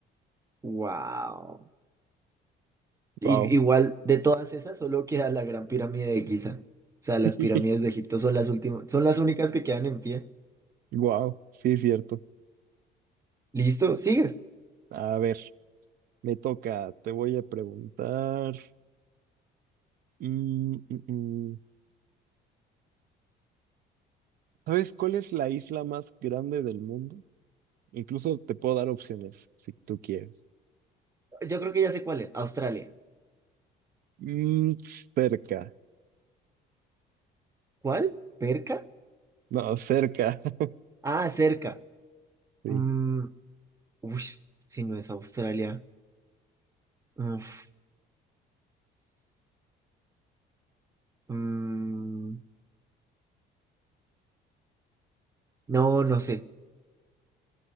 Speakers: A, on the right; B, on the right.
A: wow. Y-
B: Wow.
A: igual, de todas esas, solo queda la Gran Pirámide de Giza. O sea, las
B: <laughs>
A: pirámides de Egipto son las últimas, son las únicas que quedan en pie.
B: Wow, sí es cierto.
A: Listo, sigues.
B: A ver, me toca, te voy a preguntar. Mm, mm, mm. ¿Sabes cuál es la isla más grande del mundo? Incluso te puedo dar opciones si tú quieres.
A: Yo creo que ya sé cuál es. Australia.
B: Mm, cerca.
A: ¿Cuál? ¿Perca?
B: No, cerca. <laughs>
A: Ah, cerca.
B: Sí.
A: Mm, uy, si no es Australia. Uf. Mm, no, no sé.